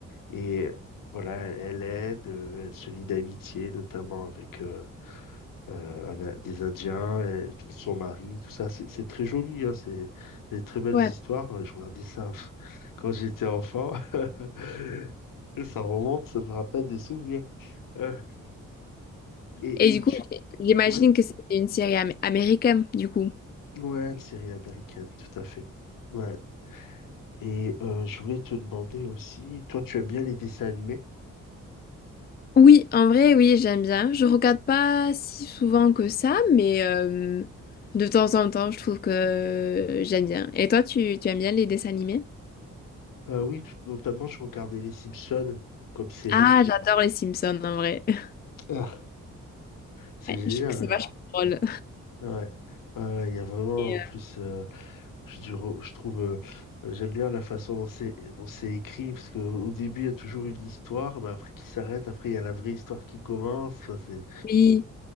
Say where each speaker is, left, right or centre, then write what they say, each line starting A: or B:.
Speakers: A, on the left; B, on the left.
A: Et voilà, elle aide, euh, elle se lie d'amitié, notamment avec, euh, euh, avec des Indiens, et tout son mari, tout ça. C'est c'est très joli, hein, c'est des très belles
B: Ouais.
A: histoires. Euh, Je regardais ça <laughs> pff, quand j'étais enfant. <laughs> Ça remonte, ça me rappelle des souvenirs. Euh, et,
B: Et du
A: et tu...
B: coup, j'imagine
A: Ouais,
B: que c'est une série am- américaine, du coup.
A: ouais, une série américaine, tout à fait. Ouais. Et euh, je voulais te demander aussi, toi, tu aimes bien les dessins animés?
B: Oui, en vrai, oui, j'aime bien. Je regarde pas si souvent que ça, mais euh, de temps en temps, je trouve que j'aime bien. Et toi, tu, tu aimes bien les dessins animés?
A: Euh, oui, tout- notamment, je regardais Les Simpsons comme série.
B: Ah, j'adore les Simpsons, en vrai. <laughs>
A: Ah, c'est
B: Ouais,
A: génial.
B: je trouve que c'est vachement drôle.
A: Ouais. Ouais, ouais, ouais, il y a vraiment
B: Et,
A: en
B: euh,
A: plus. euh, Je, dis- je trouve, euh, euh, j'aime bien la façon dont c'est dont c'est écrit, parce qu'au début, il y a toujours une histoire, mais après qui s'arrête, après, il y a la vraie histoire qui commence. Enfin, c'est...
B: oui,